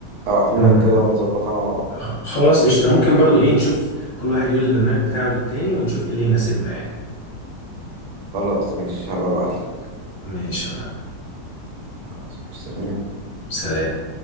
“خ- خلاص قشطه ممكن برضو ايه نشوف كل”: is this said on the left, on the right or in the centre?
Left